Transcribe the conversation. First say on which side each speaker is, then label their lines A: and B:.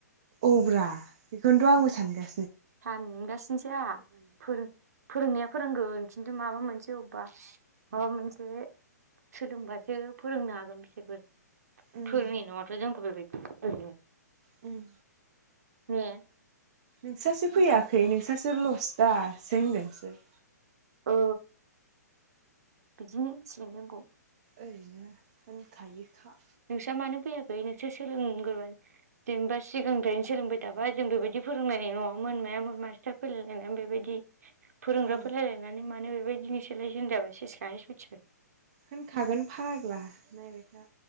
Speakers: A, on the right (about 25°); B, on the right (about 60°).
A: औब्रा बेखौनोथ आंबो सानगा
B: सानगासिनोसै आहा फोर फोरोंनाया फोरोंगोन। खिन्थु माबा मोनसे अबेबा माबा मोनसे सोलोंबासो फोरोंनो हागोन बिसोरबो।
A: उम
B: फोरोंनाय नङाथ जोंखौ बेबायदि ओरैनो।
A: उम।
B: ने।
A: नोंसोरसो फैयाखै नोंसोरसो लस दा सो होनगोनसो।
B: औ बिदिनो होनसिगोन जोंखौ।
A: ओरैनो होनखायोखा।
B: नोंस्रा मानो फैयाखै नोंसोर सोलोंग्रोबाय जेनेबा सिगांनिफ्रायनो सोलोंबाय थाबा जों बेबायदि फोरोंनाय नङामोन मायामोन मास्टार फोयलायलायनानै बेबायदि फोरोंग्रा
A: औ
B: फोयलायनानै मानो बेबायदि नोंसोलाय होनजाबाय सेसखाहाय सुइथिबो।
A: होनखागोन फाग्ला नायबाय था।